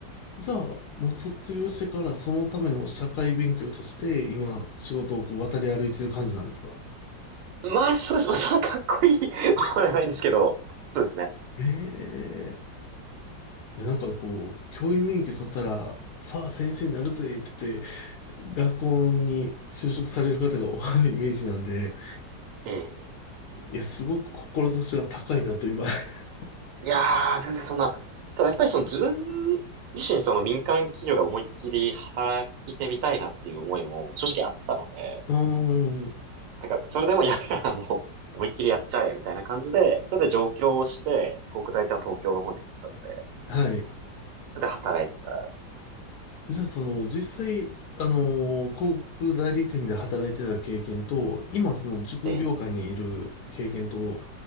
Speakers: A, on the left (about 70°); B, on the right (about 80°).
A: じゃあ、もう卒業してからそのための社会勉強として今仕事をこう渡り歩いてる感じなんですか
B: まあ、そうです。まあ、そんなかっこいいものでは <laughs> ないんですけど、そうですね。
A: へえ。いや、なんかこう、教員免許取ったら、さあ先生になるぜって言って、学校に就職される方が多いイメージなんで、
B: ええ
A: いや、すごく志が高いなと今。<laughs>
B: いやー、全然そんな。ただやっぱりその自分自身その民間企業で思いっきり働いてみたいなっていう思いも正直あったので、
A: うーん。
B: なんかそれでもやるならもう思いっきりやっちゃえみたいな感じで、それで上京をして、国大とは東京の方にあったので、
A: はい。
B: それで働いてたって感じですか。
A: じゃあ、その、実際、あのー広告代理店で働いてた経験と、今、その、塾業界にいる経験と、
B: ええ、